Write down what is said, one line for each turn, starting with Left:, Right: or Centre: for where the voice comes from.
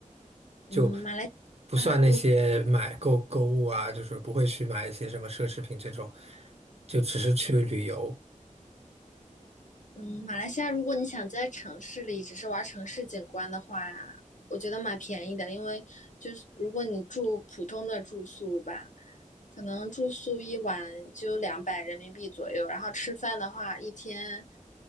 Right: 就
Left: 嗯，马来啊，
Right: 不算那些买购购物啊，
Left: 亚如
Right: 就是不会去买一些什么奢侈品这种，就只是去旅游。
Left: 嗯，马来西亚如果你想在城市里只是玩城市景观的话，我觉得蛮便宜的，因为就是如果你住普通的住宿吧，可能住宿一晚就两百人民币左右，然后吃饭的话一天